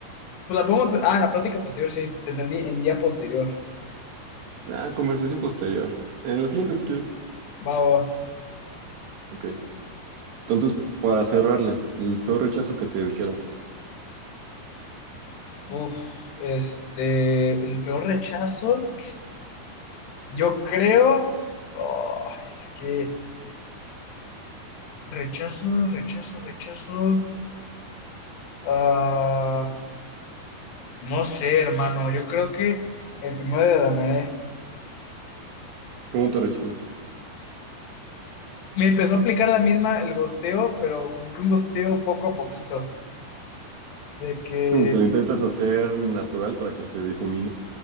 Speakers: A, on the left; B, on the right.
A: Pues la podemos. Ah, en la práctica posterior, sí, te entendí, en día posterior.
B: Ah, conversación posterior. En la siguiente si quieres.
A: Va, va, va.
B: Ok. Entonces, para cerrarle, el peor rechazo que te dijeron.
A: Uf, este. El peor rechazo, yo creo. oh, es que. Rechazo, rechazo, rechazo. ah, no sé, hermano. Yo creo que el primero de Danae.
B: ¿Cómo te rechazó?
A: Me empezó a aplicar la misma el gosteo, pero como que un gosteo poco a poquito. De que.
B: Como que lo intentas hacer natural para que se difumine.